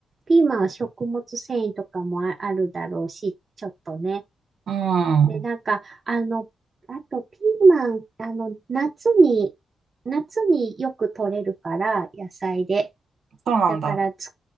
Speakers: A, on the right; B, on the right.
A: ピーマンは食物繊維とかもあ、あるだろうし、ちょっとね。
B: うん、
A: で、なんか、あの、あとピーマン、あの、夏に、夏によく取れるから、野菜で。
B: そうなんだ。
A: だからつ、